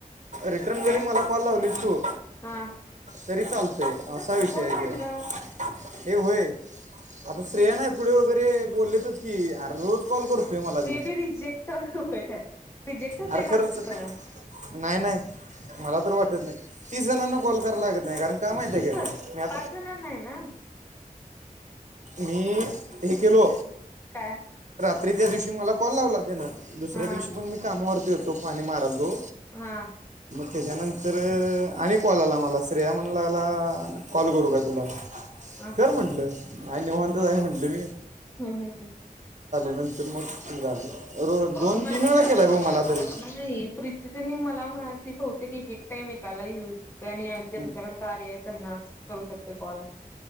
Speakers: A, on the right; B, on the left.
A: रिटर्न
B: काय
A: जरी मला कॉल लावली तू
B: हा
A: तरी चालतय असा विषय
B: कोण
A: आहेेत
B: म्हणलं
A: हे होय आता श्रेया ना पुढे वगैरे बोललेतच की अर रोज कॉल कर फे मलाज
B: मे बी रिजेक्ट होय काय रिजेक्ट होते
A: अरे खरच
B: टास्क
A: नाही नाही मला तर वाट नाही तीस जणांना कॉल कराला लागत नाही कारण का मा
B: तीस
A: का मी आ
B: पाच जणांना आहे ना
A: मी हे केलो
B: काय
A: तरी त्या दिवशी मला कॉल लावला त्यानं दुसऱ्या
B: हा
A: दिवशी पण मी कामावरती होतो पाणी मारालो दो
B: हा
A: त्याच्यानंतर आणि कॉल आला मला श्रेया म्हणलाला कॉल करू काय तुला
B: ह
A: कर
B: ह
A: म्हंटलं आणि निव्हतच आहे म्हंटलं मी
B: हा ह ह
A: नंतर मग हे झालं रो दोन
B: म नाही
A: तीन वेळा केलाय भाऊ मला तरी
B: प्रीती त्यांनी मला म्हणा त ब क टा म कही युज पह ज
A: न-
B: झकटका र आहे त्यांनाच करू शकते कॉल